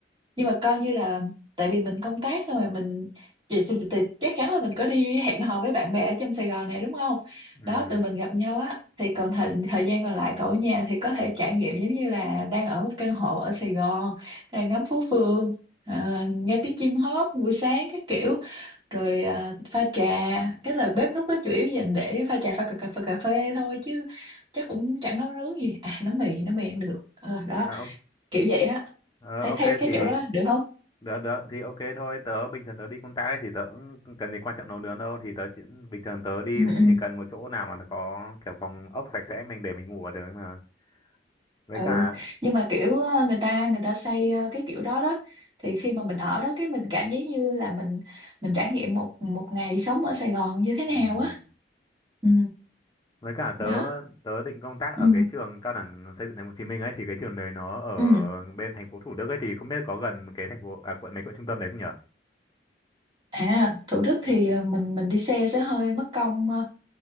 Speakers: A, on the right (about 25°); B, on the left (about 20°).
A: nhưng mà coi như là tại vì mình công tác xong rồi mình chị thì, thì, thì chắc chắn là mình có đi hẹn hò với bạn bè ở trong Sài Gòn này đúng không
B: ừm,
A: đó tụi mình gặp nhau á thì còn thời, thời gian còn lại cậu ở nhà thì có thể trải nghiệm giống như là đang ở một căn hộ ở Sài Gòn à, ngắm phố phường à, nghe tiếng chim hót buổi sáng các kiểu rồi à, pha trà cái là bếp núc đó chủ yếu dành để pha trà pha cà, cà, pha cà phê thôi chứ chắc cũng chẳng nấu nướng gì à nấu mì nấu mì ăn được Ờ, đó
B: à, o-
A: kiểu vậy á
B: ờ,
A: thấy
B: ok
A: thấy cái
B: thì
A: chỗ đó được không
B: được được thì ok thôi tớ bình thường tớ đi công tác ấy, thì tớ cũng cần gì quan trọng nấu nướng đâu thì tớ chỉ, bình thường tớ đi
A: ừ ừ
B: chỉ cần một chỗ nào mà nó có kiểu phòng ốc sạch sẽ mình để mình ngủ ở được mà với
A: ừ
B: cả
A: nhưng mà kiểu ờ, người ta người ta xây ờ, cái kiểu đó đó thì khi mà mình ở đó cái mình cảm giác như là mình mình trải nghiệm một một ngày sống ở Sài Gòn như thế nào
B: ừm,
A: á ừ
B: với cả tớ
A: đó
B: tớ định công tác
A: ừ
B: ở cái trường cao đẳng xây dựng thành phố Hồ Chí Minh ấy thì cái trường đấy nó ở
A: ừ
B: bên thành phố Thủ Đức ấy thì không biết có gần cái thành phố à, quận mấy quận trung tâm đấy không nhở
A: à Thủ Đức thì ờ, mình mình đi xe sẽ hơi mất công ờ,